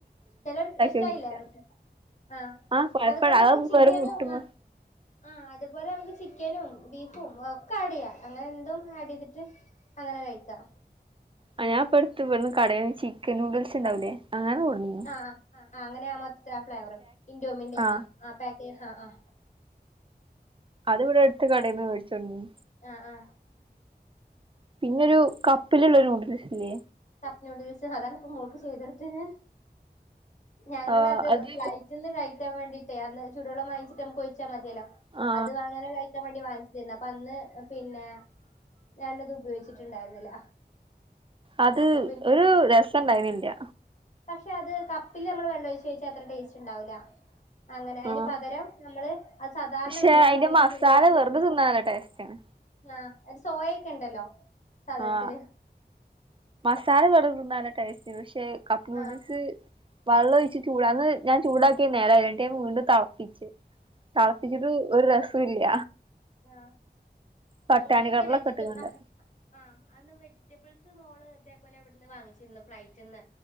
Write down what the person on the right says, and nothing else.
നോക്കിട്ടില്ല
ആ കൊഴപ്പല്ല
അത്
വെറും മുട്ടുമ്മ
ആ, ഞാൻ ഇപ്പടുത്ത് ഇവിടുന്ന് കടയില് ചിക്കൻ ന്യൂഡിൽസ് ഉണ്ടാകുലെ അങ്ങനെ കൊടുന്നിന്നു.
ആ
അത് ഇവിടെടുത്ത് കടയിൽ നിന്ന് മേടിച്ചു കൊടുന്നിനും.
പിന്നൊരു കപ്പിലുള്ള ന്യൂഡിൽസ് ഇല്ലേ.
ആ അത്
ആ
അത്
ഒരു രസമുണ്ടായിരുന്നില്ല.
ആ
പക്ഷെ
അയിന്റെ
മസാല
വെറുതെ തിന്നാൻ നല്ല ടേസ്റ്റാണ്
ആ മസാല വെറും തിന്നാൻ നല്ല ടേസ്റ്റ് ഉണ്ട്. പക്ഷേ കപ്പ് ന്യൂഡിൻസ്
വെള്ളം ഒഴിച്ച് ചൂടാന്ന് ഞാൻ ചൂടാക്കിയ നേരായില്ല. വിണ്ടും തളപ്പിച്ച് തളപ്പിച്ചിട്ട് ഒരു രസം ഇല്ല.
പട്ടാണി
കടലൊക്കെ
ഇട്ട്കാണ്ട്